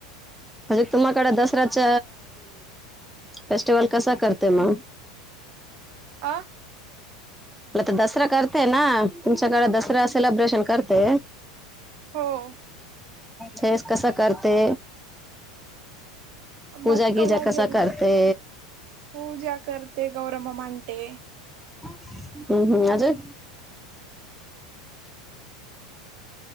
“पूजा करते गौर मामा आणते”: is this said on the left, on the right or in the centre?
Right